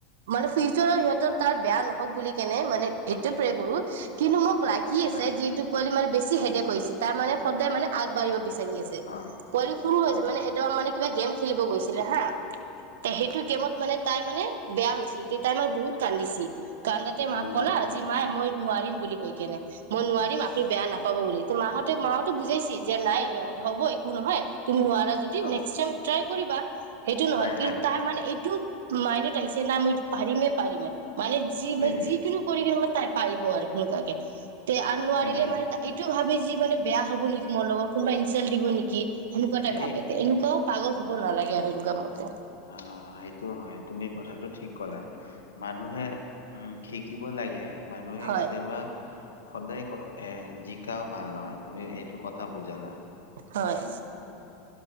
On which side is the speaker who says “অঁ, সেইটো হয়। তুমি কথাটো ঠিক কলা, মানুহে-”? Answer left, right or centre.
Left